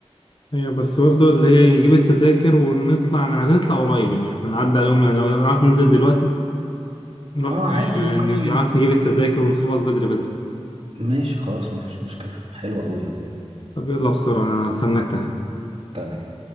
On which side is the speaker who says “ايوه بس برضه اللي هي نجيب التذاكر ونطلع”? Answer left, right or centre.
Left